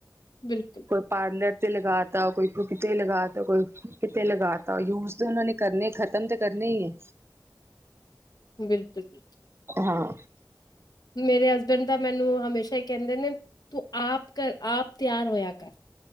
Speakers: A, on the left; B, on the right.
A: ਬਿਲਕੁਲ-ਬਿਲਕੁਲ
B: ਕੋਈ ਪਾਰਲਰ ਤੇ ਲਗਾ ਤ ਕੋਈ ਕਿਤੇ ਲਗਾ ਤਾ ਕੋਈ ਕਿਤੇ ਲਗਾ ਤਾ ਯੂਜ ਤੇ ਉਹਨਾਂ ਨੇ ਕਰਨੇ ਖਤਮ ਤੇ ਕਰਨੇ ਹੀ ਹੈ
A: ਬਿਲਕੁਲ ਬਿਲਕੁਲ
B: ਹਾਂ
A: ਮੇਰੇ ਹਸਬੈਂਡ ਤਾਂ ਮੈਨੂੰ ਹਮੇਸ਼ਾ ਹੀ ਕਹਿੰਦੇ ਨੇ ਤੂੰ ਆਪ ਕਰ ਆਪ ਤਿਆਰ ਹੋਇਆ ਕਰ